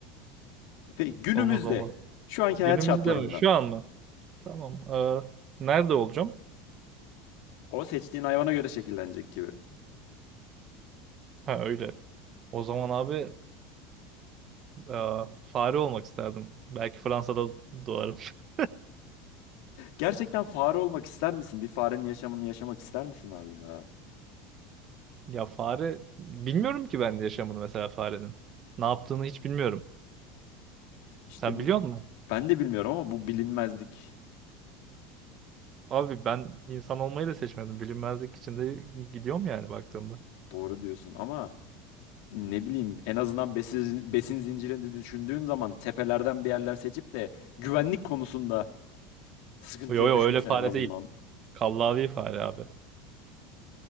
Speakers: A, on the left; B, on the right.
A: Peki günümüzde
B: Olmaz olmaz.
A: şu anki hayat
B: Günümüzde
A: şartlarında
B: mi? Şu an mı? Tamam. Ee, nerede olacağım?
A: o seçtiğin hayvana göre şekillenecek gibi.
B: Ha öyle. O zaman abi e, fare olmak isterdim. Belki Fransa'da doğarım. <laughs>
A: Gerçekten fare olmak ister misin? Bir farenin yaşamını yaşamak ister misin abi ya?
B: Ya fare bilmiyorum ki ben de yaşamını mesela farenin. Ne yaptığını hiç bilmiyorum.
A: İşte
B: Sen
A: bu
B: biliyor musun?
A: ben de bilmiyorum ama bu bilinmezlik.
B: Abi ben insan olmayı da seçmedim. Bilinmezlik içinde gidiyorum yani baktığımda.
A: Doğru diyorsun ama ne bileyim en azından besin, besin zincirini düşündüğün zaman tepelerden bir yerler seçip de güvenlik konusunda sıkıntıya
B: Yo yo
A: düşmesen
B: öyle fare
A: en azından.
B: değil. Kallavi fare abi.